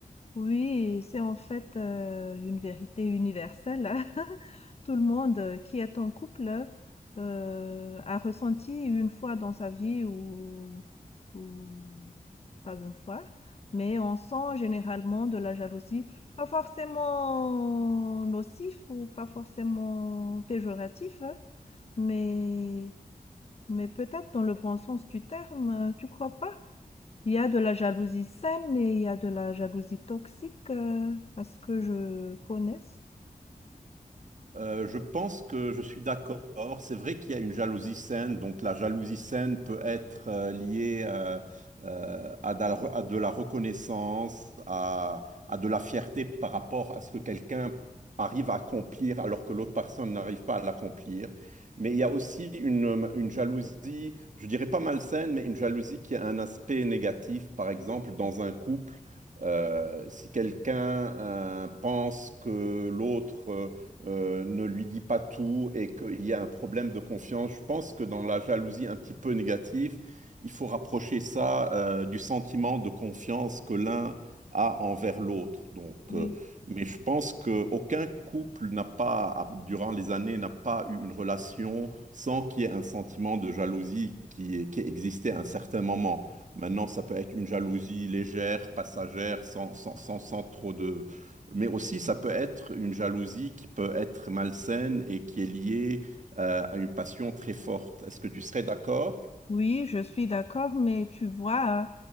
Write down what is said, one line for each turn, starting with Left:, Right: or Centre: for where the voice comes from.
Left: oui, c'est en fait euh, une vérité universelle. hein. <laughs> Tout le monde euh, qui est en couple euh, a ressenti une fois dans sa vie ou, ou pas une fois, mais on sent généralement de la jalousie, pas forcément nocif ou pas forcément péjoratif, hein, mais, mais peut-être dans le bon sens du terme, tu crois pas? Il y a de la jalousie saine et il y a de la jalousie toxique, euh, à ce que je connaisse.
Right: Euh, je pense que je suis d'accord. C'est vrai qu'il y a une jalousie saine. Donc la jalousie saine peut être euh, liée euh, euh, à, de la re- à de la reconnaissance, à, à de la fierté par rapport à ce que quelqu'un arrive à accomplir alors que l'autre personne n'arrive pas à l'accomplir. Mais il y a aussi une, une jalousie, je dirais pas malsaine, mais une jalousie qui a un aspect négatif. Par exemple, dans un couple, euh, si quelqu'un euh, pense que l'autre... euh, euh, ne lui dit pas tout et qu'il y a un problème de confiance. Je pense que dans la jalousie un petit peu négative, il faut rapprocher ça euh, du sentiment de confiance que l'un a envers l'autre. Donc,
Left: Oui,
Right: euh, mais je pense qu'aucun couple n'a pas, a- durant les années, n'a pas eu une relation sans qu'il y ait un sentiment de jalousie qui, qui existait à un certain moment. Maintenant, ça peut être une jalousie légère, passagère, sans, sans, sans, sans trop de, mais aussi ça peut être une jalousie qui peut être malsaine et qui est liée euh, à une passion très forte. Est-ce que tu serais d'accord?
Left: oui, je suis d'accord, mais tu vois,